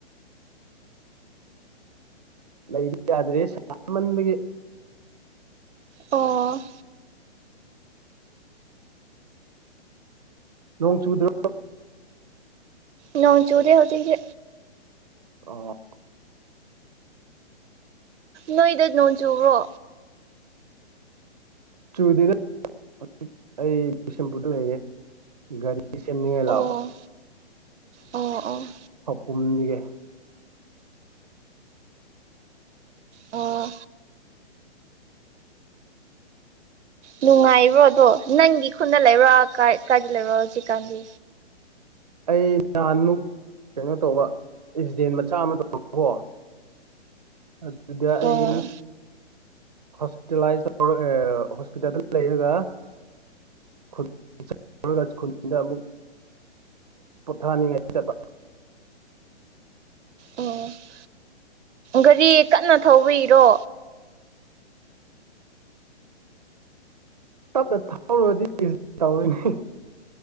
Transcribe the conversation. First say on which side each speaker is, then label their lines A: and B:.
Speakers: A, on the right; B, on the right.
A: ꯂꯩꯕ ꯌꯥꯗ꯭ꯔꯦꯍꯦ ꯁꯥꯃꯟꯕꯒꯤ꯫
B: ꯑꯣ
A: ꯅꯣꯡ ꯆꯨꯗ꯭ꯔꯣ
B: ꯅꯣꯡ ꯆꯨꯨꯔꯦ ꯍꯧꯖꯤꯛꯇꯤ꯫
A: ꯑꯣ
B: ꯅꯣꯏꯗꯣ ꯅꯣꯡ ꯆꯨꯨꯔꯣ
A: ꯆꯨꯗꯦꯗꯥ ꯍ ꯑꯩ ꯕꯤꯁꯦꯝꯄꯨꯔꯗ ꯂꯩꯔꯦ ꯒꯥꯔꯤ ꯁꯦꯝꯅꯤꯡꯉꯥꯏ
B: ꯑꯣ
A: ꯂꯥꯛꯕ
B: ꯑꯣ ꯑꯣ
A: ꯈꯥꯑꯣꯄꯨꯝꯗꯒꯤ
B: ꯑꯣ ꯅꯨꯡꯉꯥꯏꯕ꯭ꯔꯣ ꯑꯗꯣ ꯅꯪꯒꯤ ꯈꯨꯟꯗ ꯂꯩꯕ꯭ꯔꯥ ꯀꯥꯏ ꯀꯥꯏꯗ ꯂꯩꯕ꯭ꯔꯣ ꯍꯧꯖꯤꯛꯀꯥꯟꯗꯤ꯫
A: ꯑꯩ ꯅꯍꯥꯟꯃꯨꯛ ꯀꯩꯅꯣ ꯇꯧꯕ ꯑꯦꯛꯁꯤꯗꯦꯟ ꯃꯆꯥ ꯑꯃ ꯇꯀꯣ꯫ ꯑꯗꯨꯗꯤ ꯑꯩ
B: ꯑꯣ
A: ꯍꯣꯁꯄꯤꯇꯥꯂꯥꯏꯁ ꯇꯧꯔ ꯑꯦ ꯍꯣꯁꯄꯤꯇꯥꯜꯗ ꯂꯩꯔꯒ <unintelligible> ꯈꯨꯟꯗ ꯑꯃꯨꯛ <unintelligible>
B: ꯑꯣ ꯒꯥꯔꯤ ꯀꯟꯅ ꯊꯧꯕꯔꯣ?
A: ꯇꯞꯅ ꯊꯧꯔꯨꯔꯗꯤ ꯇꯧꯔꯅꯦ